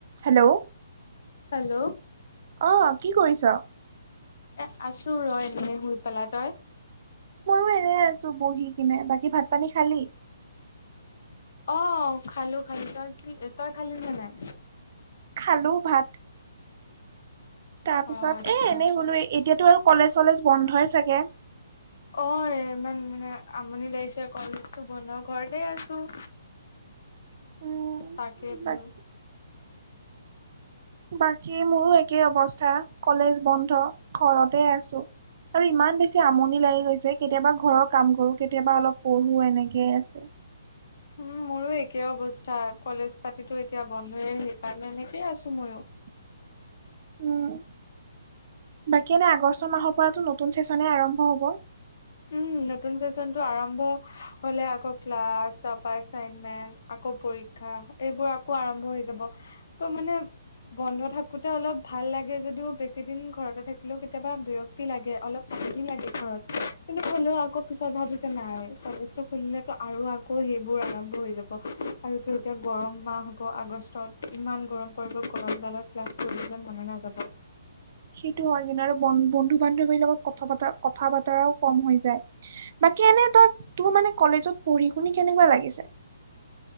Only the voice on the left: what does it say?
Hello.
এ আছো ৰ' এনে শুই পেলাই, তই?
অ', খালো, খালো। তই কি তই খালি নে নাই?
অ আচ্ছা
অ', ৰে ইমান মানে আমনি লাগিছে কলেজটো বন্ধ, ঘৰতে আছো।
তাকে বোলো।
উম মোৰো একে অৱস্থা, কলেজ পাতিতো এতিয়া বন্ধয়ে। সেইকাৰণে, এনেকেই আছো মইও।
উম, নতুন চেচনটো আৰম্ভ হলে আকৌ ক্লাছ তাৰপা এচাইনমেন্ট আকৌ পৰীক্ষা, এইবোৰ আকৌ আৰম্ভ হৈ যাব ত' মানে বন্ধ থাকোতে অলপ ভাল লাগে যদিও বেছি দিন ঘৰতে থাকিলেও কেতিয়াবা বিৰক লাগে, অলপ পালি লাগে ঘৰত। কিন্ত হ'লেও আকৌ পিছত ভাবি যে নাই কলেজটো খুলিলে আৰু আকৌ সেইবোৰ আৰম্ভ হৈ যাব। আৰুতো এতিয়া গৰম মাহ হ'ব, আগষ্টত ইমান গৰম পৰিব, গৰমডালত ক্লাছ কৰিবলৈ মনে নাযাব।